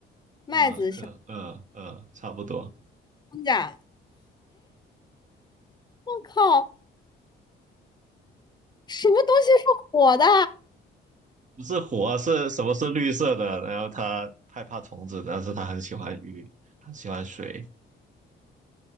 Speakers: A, on the right; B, on the left.
A: 嗯，
B: 麦子、
A: 可，
B: 小
A: 嗯嗯，差不多。
B: 庄稼。我靠，什么东西是火的？
A: 不是火啊，是什么是绿色的？然后它害怕虫子，但是它很喜欢鱼，很喜欢水。